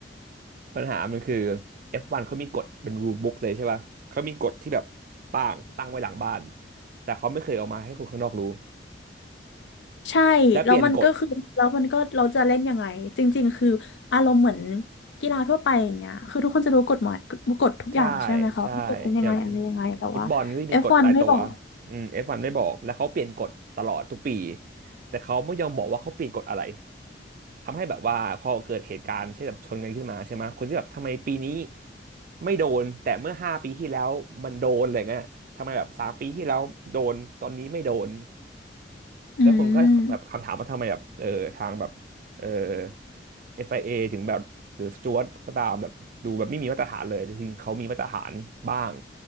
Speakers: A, on the right (about 50°); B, on the left (about 85°).
A: ปัญหามันคือ F1 เขามีกฎเป็น rule book เลยใช่ป่ะเขามีกฎที่แบบป่างตั้งไว้หลังบ้านแต่เขาไม่เคยเอามาให้คนข้างนอกรู้
B: ใช่แล้วมันก็คือแล้วมันก็เราจะเล่นยังไงจริงๆคืออารมณ์เหมือน
A: และเปลี่ยนกฎ
B: กีฬาทั่วไปอย่างเงี้ยคือทุกคนจะรู้กฎหมายกฎกฎทุกอย่างใช่ไหมคะว่ากฎเป็นยังไงอะไรยังไงแต่ว่าเอฟวันไม่บอก
A: ใช่ใช่อย่างฟุตบอลก็มีกฎตายตัวอืมเอฟวันไม่บอกแล้วเขาเปลี่ยนกฎตลอดทุกปีแต่เขาไม่ยอมบอกว่าเขาเปลี่ยนกฎอะไรทำให้แบบว่าพอเกิดเหตุการณ์เช่นแบบชนกันขึ้นมาใช่ไหมคนที่แบบทำไมปีนี้ไม่โดนแต่เมื่อห้าปีที่แล้วมันโดนอะไรเงี้ยทำไมแบบสามปีที่แล้วโดนตอนนี้ไม่โดน
B: อืม
A: แล้วคนก็แบบคำถามว่าทำไมแบบเออทางแบบเออ FIA ถึงแบบหรือสจ๊วตก็ตามแบบดูแบบไม่มีมาตรฐานเลยแต่จริงเขามีมาตรฐานบ้าง